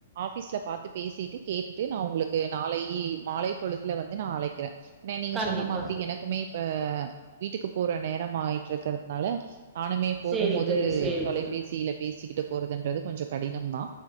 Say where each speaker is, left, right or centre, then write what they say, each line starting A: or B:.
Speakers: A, on the right; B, on the right.
A: ஆபிஸ்ல பாத்து பேசிட்டு கேட்டு ட்டு நா உங்களுக்கு நாளை மாலை பொழுதுல வந்து நா அழைக்கிற ஏன்னா நீங்க
B: கண்டிப்பா.
A: சொன்ன மாதிரி எனக்குமே இப்போ வீட்டுக்கு போற நேரம் ஆயிட்டு இருக்கிறது அதனால நானுமே போகும்
B: சரி
A: போது
B: தோழி, சரி
A: தொலைபேசியில
B: தோழி.
A: பேசிக்கிட்டு போறதுன்றது கொஞ்சோ கடினம் தா